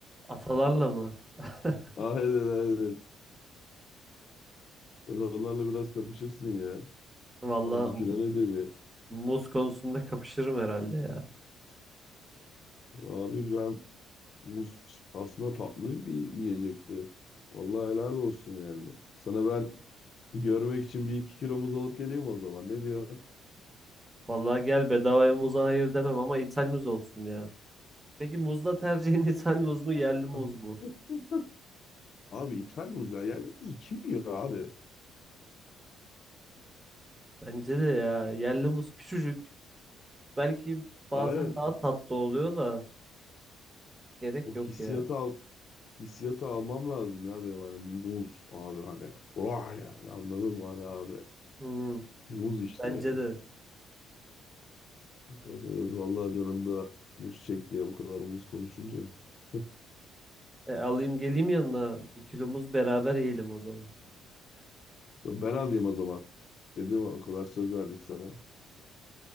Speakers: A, on the right; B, on the left.
A: Atalarla mı? <laughs>
B: <laughs> Aynen aynen. Sen onlarla biraz kapışırsın ya.
A: Vallahi
B: Abi kilo nedir ya?
A: muz konusunda kapışırım herhalde ya.
B: Abi ben Muz aslında tatlı bir yiyecekti. Vallahi helal olsun yani. Sana ben görmek için bir iki kilo muz alıp geleyim o zaman. Ne diyor?
A: Vallahi gel bedavaya muza hayır demem ama ithal muz olsun ya. Peki muzda tercihin <laughs> ithal muz mu yerli muz
B: <laughs>
A: mu?
B: Abi ithal muz ya. Yerli muz kim yiyor abi?
A: Bence de ya yerli muz küçücük. Belki bazen
B: Aynen
A: daha tatlı oluyor da gerek
B: o
A: yok
B: hissiyatı
A: ya.
B: al hissiyatı almam lazım ya benim hani muz abi hani vah yani anladın mı hani abi
A: Hmm,
B: muz işte
A: bence
B: yani
A: de.
B: evet, evet, vallahi canım da muz çekti ya bu kadar muz konuşunca <laughs>
A: E, alayım geleyim yanına bir kilo muz beraber yiyelim o zaman.
B: ben alayım o zaman dedim o kadar söz verdik sana